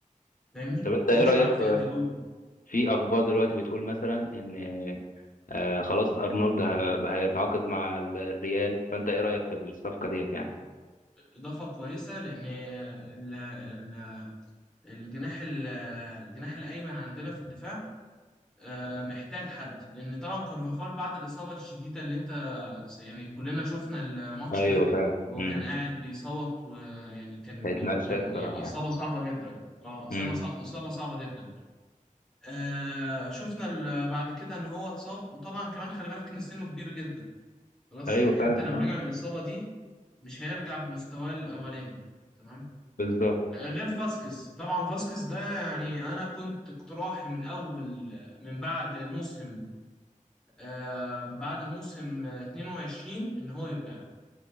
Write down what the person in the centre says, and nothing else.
فاهمني
هو
مش
هيعرف
يأدي دوره
اضافه كويسه لان ال- ال- الجناح ال- الجناح الايمن عندنا في الدفاع آه، محتاج حد لان طبعا كارفاخال بعد الاصابه الشديده اللي انت يعني كلنا شفنا الماتش
ده
وهو
كان قاعد بيصوت ويعني كان
كان
يعني اصابه
صعبه جدا اه اصابه
صع- اصابه صعبه جدا آه شفنا ال- بعد كده ان هو اتصاب وطبعا كمان خلي بالك ان سنه كبير جدا خلاص
يعني
حتى لو
رجع من الاصابه دي مش هيرجع بمستواه الاولاني تمام
آه، غير فاسكس طبعا فاسكس ده يعني انا كنت اقتراحي من اول من بعد موسم آه بعد موسم آه، 22 ان هو يتباع